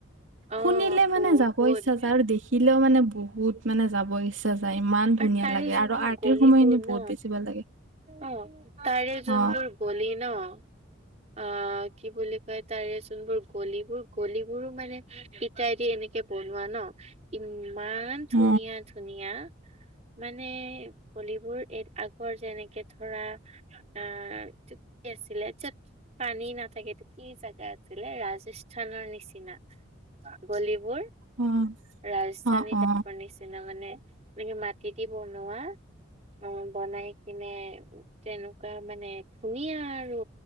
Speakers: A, on the right (about 35°); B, on the right (about 75°).
A: অ
B: শুনিলে
A: বহুত
B: মানে যাব ইচ্ছা আৰু দেখি। শিকিলেও মানে বহুত মানে যাবই ইচ্ছা যায় ইমান
A: আৰু
B: ধুনীয়া
A: তাৰে
B: লাগে
A: যোনবোৰ
B: আৰু আৰ্টিৰ
A: গলিবোৰ
B: সময়খিনি
A: ন
B: বহুত বেছি ভাল লাগে।
A: অ, তাৰে
B: অ
A: যোনবোৰ বলি ন? অ, কি বুলি কয় তাৰেজোন কলিবোৰ কলিবোৰো মানে ইটাই দি এনেকে বনোৱা ন। ইমান
B: অ
A: ধুনীয়া - ধুনীয়া। মানে পলিবোৰ এই আগৰ যেনেকে ধৰা আহ এইটো কি আছিলে পানী নাথাকেটো কি জোগা আছিলে ৰাজস্থানৰ নিচিনা। গলিবোৰ
B: অ
A: ৰাজধানী
B: অ অ
A: টাইপৰ নিচিনা মানে। নি মাটি দি বনোৱা। অ, বনাই কিনে তেনেকুৱা মানে ধুনীয়া আৰু